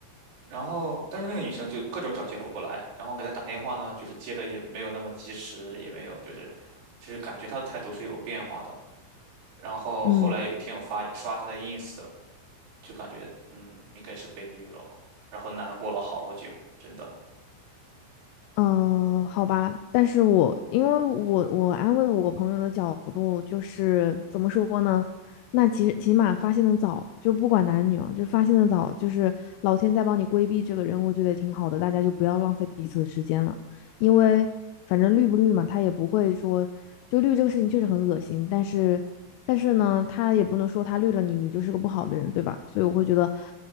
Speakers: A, on the right; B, on the left.
A: 然后，但是那个女生就各种找借口不来，然后给她打电话呢，就是接的也没有那么及时，也没有就是，就是感觉她的态度是有变化的。然后后来有一天我发刷她的
B: 嗯
A: ins 的，就感觉嗯，应该是被绿了，然后难过了好久，真的。
B: 嗯，好吧，但是我因为我我安慰我朋友的角度就是怎么说呢？那其实起码发现的早，就不管男女啊，就发现的早，就是老天在帮你规避这个人，我觉得也挺好的，大家就不要浪费彼此的时间了，因为反正绿不绿嘛，他也不会说就绿这个事情确实很恶心，但是但是呢，他也不能说他绿了你，你就是个不好的人，对吧？所以我会觉得。